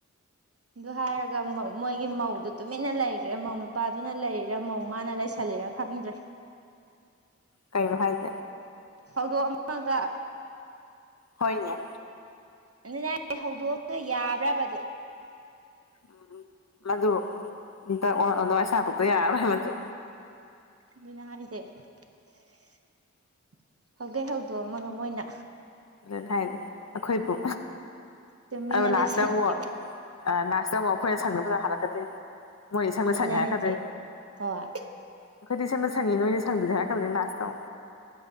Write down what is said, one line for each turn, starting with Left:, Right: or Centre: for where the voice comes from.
Right: ꯑꯗꯨ ꯍꯥꯏꯔꯒ ꯃꯣꯏꯒꯤ ꯃꯧꯗꯨ ꯇꯨꯃꯤꯟꯅ ꯂꯩꯈ꯭ꯔꯦ ꯃꯧ ꯅꯨꯄꯥꯗꯨꯅ ꯂꯩꯔꯦ ꯃꯧ ꯃꯥꯅ ꯂꯩꯁꯜꯂꯦ ꯂꯩꯔ ꯈꯪꯗ꯭ꯔꯦ
Left: ꯀꯩꯅꯣ ꯍꯥꯏꯁꯦ
Right: ꯍꯧꯗꯣꯛꯑ ꯑꯃꯒ
Left: ꯍꯣꯏꯅꯦ
Right: ꯑꯗꯨꯅ ꯍꯧꯗꯣꯛꯑꯒ ꯌꯥꯕ꯭ꯔꯕꯗꯣ
Left: ꯎꯝ ꯃꯗꯨ ꯏ ꯋꯥꯔꯁ ꯍꯥ ꯇꯌꯥꯔ ꯍꯥꯏ ꯃꯠꯇꯣ
Right: ꯑꯗꯨꯅ <inaudible> ꯍꯧꯗꯩ ꯍꯧꯗꯣ ꯑꯃꯒ ꯃꯣꯏꯅ
Left: ꯑꯗꯨꯅ ꯍꯥꯏꯁꯦ ꯑꯩꯈꯣꯏꯕꯨ
Right: ꯇꯨꯃꯤꯟꯅ
Left: ꯑꯣ ꯂꯥꯁꯇ
Right: ꯂꯩꯁꯟꯈꯤꯕ
Left: ꯑꯃꯨꯛ ꯂꯥꯁꯇ ꯑꯃꯨꯛ ꯑꯩꯈꯣꯏꯅ ꯁꯪꯗ ꯐꯖꯅ ꯍꯥꯜꯂꯛꯀꯗꯦ ꯃꯣꯏ ꯁꯝꯅ
Right: ꯑꯗꯨꯅ
Left: ꯁꯪꯉꯦ ꯍꯥꯏꯔꯛꯀꯗꯦ
Right: ꯍꯥꯏꯁꯦ ꯍꯣꯏ
Left: ꯑꯩꯈꯣꯏꯗꯤ ꯁꯝꯅ ꯁꯪꯉꯤ ꯅꯣꯏ ꯊꯪꯗꯙꯔ ꯀꯗꯅꯦ ꯂꯥꯁꯇꯣ